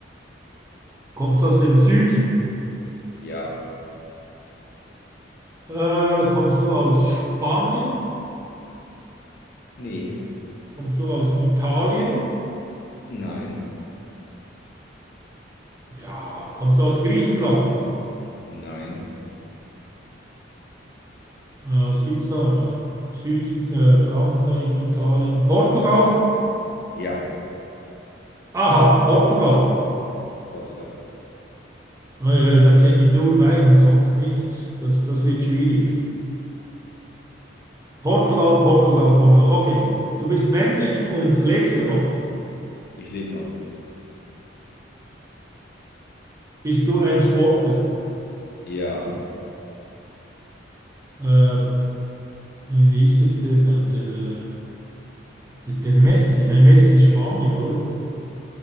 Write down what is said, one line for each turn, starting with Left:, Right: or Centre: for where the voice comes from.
Right: Kommst du aus dem Süden?
Left: ja,
Right: Äh, kommst du aus Spanien?
Left: nee,
Right: Kommst du aus Italien?
Left: nein,
Right: Ja, kommst du aus Griechenland?
Left: nein,
Right: Äh, was gibt es da noch? Süd, äh, Frankreich, Italien, Portugal?
Left: ja,
Right: Aha, Portugal.
Left: Portugal.
Right: Naja, da kenne ich nur Wein, sonst nichts. Das, das wird schwierig. Portugal, Portugal, Portugal. Okay, du bist männlich und lebst du noch?
Left: Ich lebe noch.
Right: Bist du ein Sportler?
Left: Ja,
Right: Äh, wie hieß es der da? Der, äh, der, der Messi. Nein, Messi ist Spanier, oder?